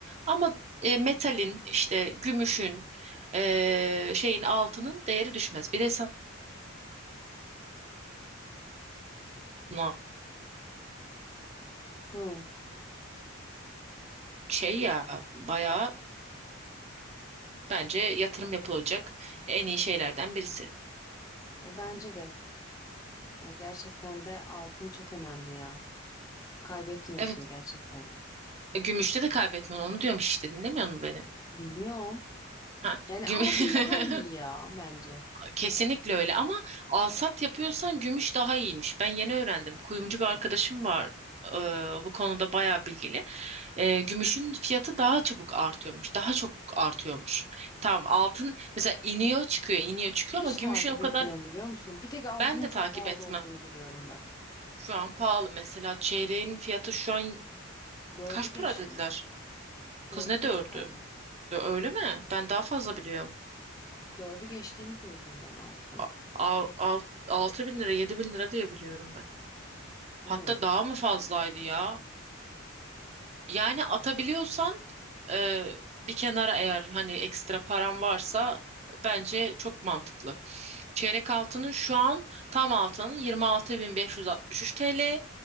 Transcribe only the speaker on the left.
Hı.
E, bence de. Ya gerçekten de altın çok önemli ya. Kaybetmiyorsun
gerçekten de.
Dinliyorum.
Yani
altın
daha iyi ya bence.
Hiç
takip
etmiyorum biliyor musun? Bir tek altının
çok
pahalı
olduğunu biliyorum ben.
Dördü
geçti.
Dördü
geçti
galiba.
Dördü geçtiğini duydum ben altının.
Hı.